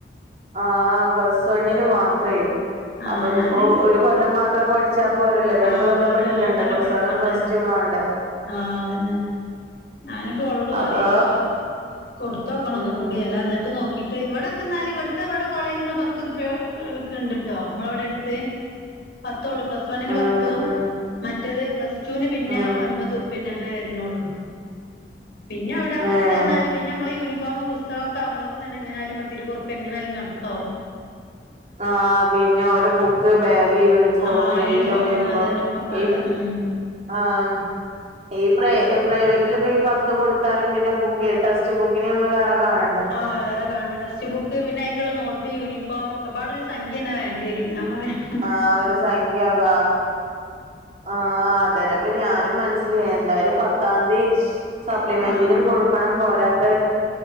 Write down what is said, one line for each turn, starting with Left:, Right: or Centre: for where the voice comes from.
Right: ആ പ്ലസ് വണ്ണിന് മാത്രേ
Left: ആഹ്
Right: അപ്പൊ ഇതിപ്പോ
Left: ഞാന്
Right: ഒരു കൊല്ലം മാത്രം പഠിച്ച പച്ചാ പോരല്ലേ രണ്ട്
Left: ആഹ്
Right: കൊല്ലം
Left: പോരല്ലേ
Right: പഠിക്കണ്ടൊ
Left: രണ്ടൊല്ലം
Right: പ്ലസ്
Left: പഠിക്കണ്ടേ
Right: വൺ പ്ലസ് ടു വണ്ടോ.
Left: ആഹ് അതന്നെ ഞാനിപ്പോ അവഓളോട്
Right: അപ്പൊ
Left: പറയനി ഇപ്പൊ കൊടുതോക്കണം ഒന്ന്
Right: ഉം
Left: കൂടി എല്ലാം എന്നിട്ട് നോക്കിട്ട് ഇവിടെക്ക എന്നാലും ഇവിടുത്തെ ഇവിടെ കോളേജ് പത്ത്റുപ ഒക്കെ ഉണ്ട് കേട്ടോ നമ്മളൊ വിടെ എടുത്ത്. പത്തള്ളൂ പ്ലസ് വൺന്
Right: ഉം
Left: പത്തു
Right: ഉം
Left: മറ്റേത് പ്ലസ് ടുന് പിന്നെ
Right: ഉം
Left: ഒൻപത്. അങ്ങനെ വരുന്നള്ളൂ പിന്നെ ഇവിടെ പത്ത്ഞ്ഞാല്
Right: ഏഹ്
Left: പിന്നെ നമ്മ യൂണഫോ പുതക ഒക്കെകുമ്പോത് തന്നെ എങ്ങനാലും പത്തിരൂ പത്റുപ്പിയ എങ്ങനാലും കണക്കാവും.
Right: ആ പിന്നെ ഓരോ ക്ക് ബാഗ് യൂണിഫോം
Left: ആഹ്
Right: എല്ലാം
Left: യൂണിഫോം
Right: വരുമ്പോ
Left: അതന്നൊക്കെ പാട്
Right: ഈ
Left: ഉം
Right: ആഹ് ഈ പ്ര പ്രൈവറ്റിൽ ഇപ്പൊ ഈ പത്ത് കൊടുത്താലും പിന്നെ ബുക്ക് ടെസ്റ്റ് ബുക്ക് നമ്മള് വേറെ കാണണം
Left: ആഹ് വേറെ കാണും ടെക്സ്റ്റ് ബുക്ക് പിന്നെ ആയിക്കുള്ള നോട്ട് യൂണിഫോം ഒക്കെ പാട് ഒരു സംഖൃന്നൊ വേണ്ടി വരും ഞാൻ പറയാം.
Right: ആഹ് ഒരു സംഖ്യക ആ അതന്നെ അപ്പ ഞാനും മനസ്സില എന്തായാലും പത്താംന്തി സപ്ലിമെന്റിനും
Left: ആഹ്
Right: കൊടുക്ക ണം പോരാത്ത